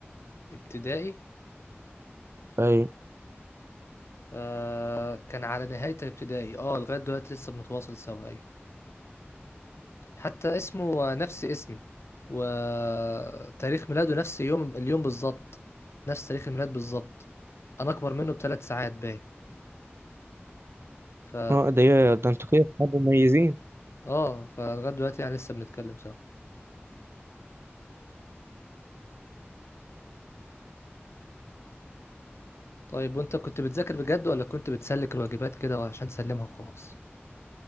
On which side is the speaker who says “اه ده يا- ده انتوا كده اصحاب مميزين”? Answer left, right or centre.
Right